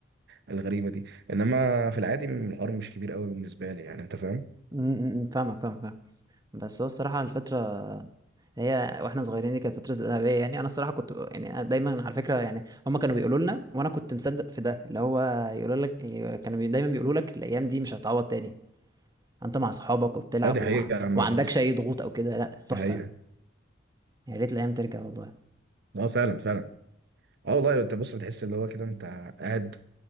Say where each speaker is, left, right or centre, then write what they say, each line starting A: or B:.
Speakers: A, on the right (about 55°); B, on the right (about 20°).
A: الغريبه دي انما في العادي الحوار مش كبير قوي بالنسبه لي يعني انت فاهم
B: م- م- م، فاهمك فاهمك فاهمك. بس هو الصراحه الفتره هي واحنا صغيرين دي كانت فتره ذهبيه يعني انا الصراحه كنت يعني أنا دايما على فكره يعني هم كانوا بيقولوا لنا وانا كنت مصدق في ده اللي هو يقولوا لك إيه، كانوا بي- دايما بيقولوا لك الايام دي مش هتعوض تاني انت مع اصحابك وبتلعب
A: اه دي حقيقه
B: ومع
A: عامه
B: وما عندكش اي ضغوط او كده لا تحفه
A: دي حقيقه
B: يا ريت الايام ترجع والله
A: اه فعلا فعلا اه والله انت بص بتحس اللي هو كده انت قاعد